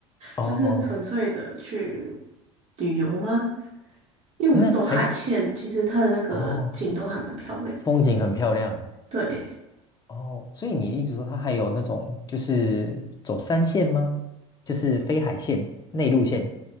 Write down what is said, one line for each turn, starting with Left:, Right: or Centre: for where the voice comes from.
Left: 哦，
Right: 就是纯粹的去旅游吗？因为我是走海线，
Left: 那还是
Right: 其实它的那个景都还蛮漂亮。
Left: 哦，风景很漂亮
Right: 对，
Left: 哦，所以你一直说它还有那种就是走山线吗？就是非海线、内陆线？